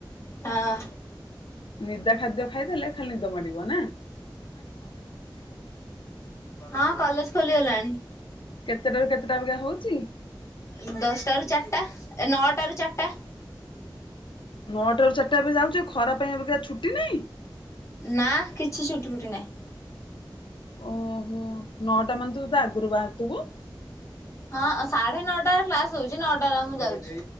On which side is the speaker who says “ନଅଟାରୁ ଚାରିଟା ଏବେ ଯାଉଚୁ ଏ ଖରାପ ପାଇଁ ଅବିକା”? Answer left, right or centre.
Left